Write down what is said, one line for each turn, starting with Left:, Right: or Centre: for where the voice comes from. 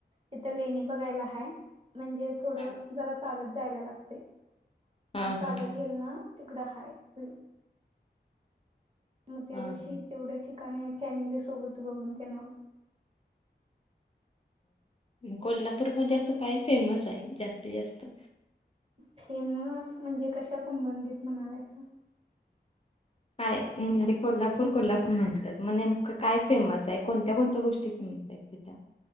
Right: तिथं लेणी बघांयला हांय. म्हणजे थोडं
Left: हा
Right: जरां चालतं जायंला लागतंय
Left: हा
Right: मगं चालतं
Left: हा हा
Right: गेलं नां तिकडं हांय हम्मं मंग त्यां
Left: हा
Right: दिवशी तेवढ्यां ठिकांणी फॅमिली सोबतं बघूंन तेनं होईल.
Left: कोल्हापूरमध्यें असं कायं फ्रेम्स आहे जास्तीत जास्तं
Right: फ्रेम्स म्हणजे कशां संबंधीत म्हणांलाय सां.
Left: कायं म्हणजे कोल्हापूर कोल्हापूर म्हणत्यांत मं नेमकं कायं फ्रेम्स हांय कोणंत्या कोणंत्या गोष्टी तिथुंन बॅकतेचां